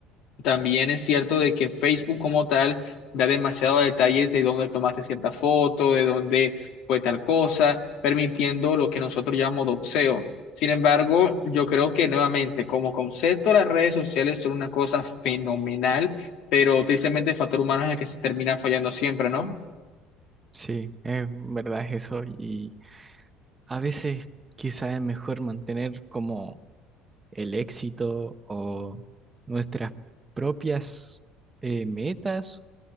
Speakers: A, on the left (about 60°); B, on the right (about 15°).
A: también es cierto de que Facebook como tal da demasiados detalles de dónde tomaste cierta foto, de dónde fue tal cosa, permitiendo lo que nosotros llamamos doxeo. Sin embargo, yo creo que nuevamente, como concepto, las redes sociales son una cosa fenomenal, pero tristemente el factor humano es el que se termina fallando siempre, ¿no?
B: Sí, es verdad es eso y a veces quizá es mejor mantener como el éxito o nuestras propias eh, metas